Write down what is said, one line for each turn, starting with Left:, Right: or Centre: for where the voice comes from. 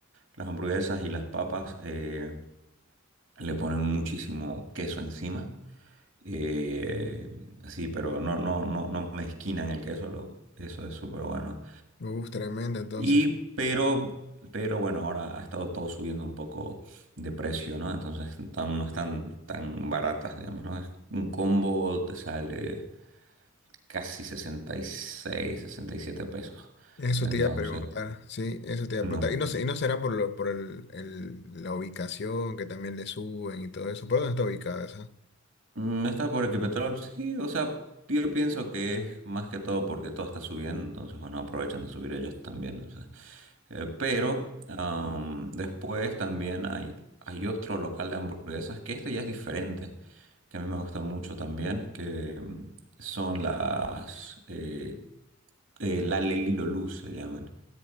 Right: las hamburguesas y las papas eh, le ponen muchísimo queso encima. Eh, sí, pero no, no, no, no mezquinan el queso, lo- eso es súper bueno.
Left: Uf, tremendo, entonces.
Right: Y, pero, pero bueno, ahora ha estado todo subiendo un poco de precio, ¿no? Entonces tan- no están tan baratas, digamos, ¿no? Es- Un combo te sale casi sesenta sesenta y seis sesenta y siete pesos.
Left: Eso
Right: Entonces,
Left: te iba a preguntar, sí, eso te iba
Right: no.
Left: a preguntar. Y no sé, y no será por lo, por el, el- la ubicación que también le suben y todo eso. ¿Por dónde está ubicada esa?
Right: Mm, ¿Está por aquí Petrol? Sí, o sea, yo pienso que es más que todo porque todo está subiendo, entonces, bueno, aprovechan de subir ellos también, ¿no? Eh, pero am, después también hay, hay otro local de hamburguesas que este ya es diferente, que a mí me gusta mucho también, que mm, son las eh, eh, la Lelilo Luz se llaman,